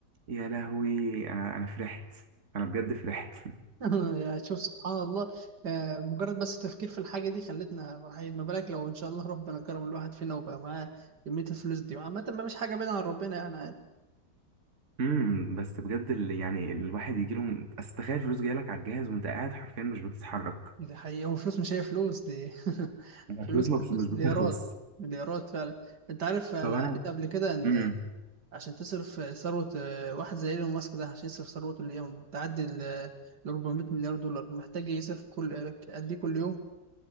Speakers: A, on the right; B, on the right.
A: يا لهوي انا انا فرحت انا بجد فرحت
B: <laughs> يا شوف سبحان الله آه، مجرد بس التفكير في الحاجة دي خلتنا فرحين ما بالك لو إن شاء الله ربنا كرم الواحد فينا وبقى معاه كمية الفلوس دي عامة ما مش حاجة بعيدة عن ربنا يعني عادي
A: امم بس بجد اللي يعني الواحد يجي له اصل تخيل فلوس جايه لك على الجهاز وانت قاعد حرفيا مش بتتحرك
B: دي حقيقة والفلوس مش هي فلوس دي <laughs>
A: الفلوس
B: فلوس
A: ما
B: فلوس
A: بت- مش بتخلص
B: مليارات مليارات فعلا أنت عارف أنا
A: طب انا
B: قريت قبل كده إن
A: امم
B: عشان تصرف ثروة آه، واحد زي إيلون ماسك ده عشان يصرف ثروته اللي هي بتعدي ال ال 400 مليار دولار محتاج يصرف كل قد إيه كل يوم